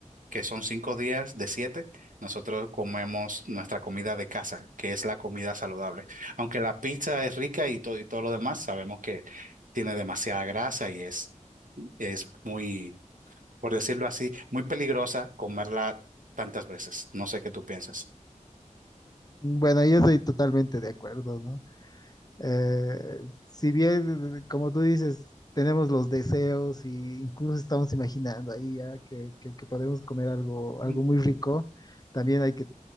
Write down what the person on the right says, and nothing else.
que son cinco días de siete, nosotros comemos nuestra comida de casa, que es la comida saludable. Aunque la pizza es rica y todo, y todo lo demás, sabemos que tiene demasiada grasa y es, es muy, por decirlo así, muy peligrosa comerla tantas veces. No sé qué tú piensas.
Mm.